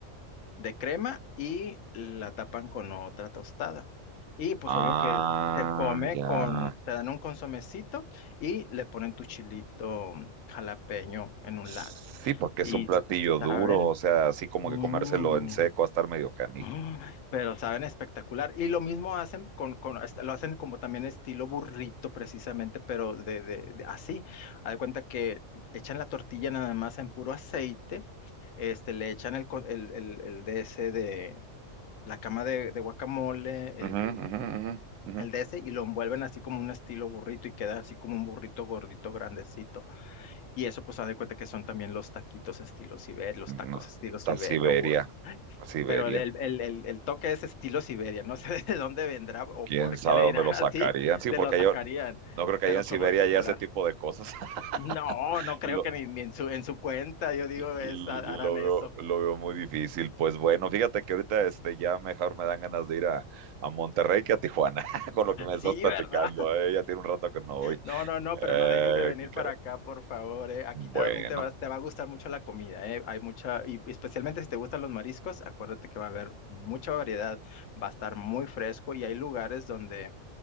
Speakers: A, on the left (about 75°); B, on the right (about 80°).
A: de crema y la tapan con otra tostada. Y pues
B: Ah,
A: obvio que se come
B: ya.
A: con, te dan un consomecito y le ponen tu chilito jalapeño en un
B: Sí,
A: lado.
B: porque
A: Y
B: es un platillo duro,
A: saben,
B: o sea, así como
A: mm,
B: que comérselo en seco va a estar medio canijo.
A: ah, pero saben espectacular. Y lo mismo hacen con, con- este, lo hacen como también estilo burrito precisamente, pero de, de, de- así. Haz de cuenta que echan la tortilla nada más en puro aceite. Este, le echan el, co- el, el, el de ese de, la cama de, de guacamole,
B: Ujú,
A: el,
B: ujú, ujú, ujú.
A: el de ese, y lo envuelven así como un estilo burrito y queda así como un burrito gordito, grandecito. Y eso pues haz de cuenta que son también los taquitos estilo Siberia, los
B: No,
A: tacos estilo
B: está
A: Siberia
B: Siberia,
A: o burrito.
B: Siberia.
A: Pero el, el, el, el- el toque es estilo Siberia, no sé <laughs> de dónde vendrá o
B: ¿Quién
A: por
B: sabe
A: qué le
B: dónde
A: dirán
B: lo sacarían?
A: así,
B: Sí,
A: de
B: porque
A: lo sacarían,
B: yo no creo que
A: pero
B: haya en Siberia
A: son muy popular.
B: ya ese tipo de cosas. <laughs>
A: No, no creo
B: Lo,
A: que ni, ni en su, en su cuenta, yo digo,
B: lo
A: es, harán
B: veo,
A: eso.
B: lo veo muy difícil. Pues bueno, fíjate que ahorita este, ya mejor me dan ganas de ir a, a Monterrey que a Tijuana, <laughs> con lo que me estás
A: Sí,
B: platicando.
A: ¿verdad?
B: eh, Ya tiene un rato que no voy.
A: No, no, no, pero
B: Eh,
A: no dejes de venir
B: ¿qué quiere?
A: para acá, por favor, eh. Aquí
B: bueno,
A: también te vas, te va a gustar mucho la comida, eh. Hay mucha, y especialmente si te gustan los mariscos, acuérdate que va a haber mucha variedad, va a estar muy fresco y hay lugares donde